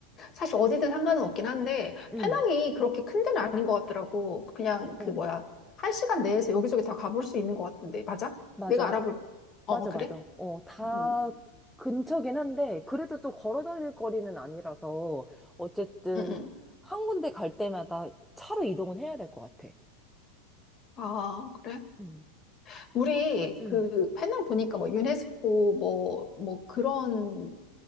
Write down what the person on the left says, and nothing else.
사실 어디든 상관은 없긴 한데,
페낭이 그렇게 큰 데는 아닌 것 같더라고. 그냥
그 뭐야, 한 시간 내에서 여기저기 다 가볼 수 있는 것 같은데, 맞아?
내가 알아볼,
어, 어, 그래?
음,
음, 음.
아, 그래?
우리
그 페낭 보니까 뭐 유네스코 뭐, 뭐 그런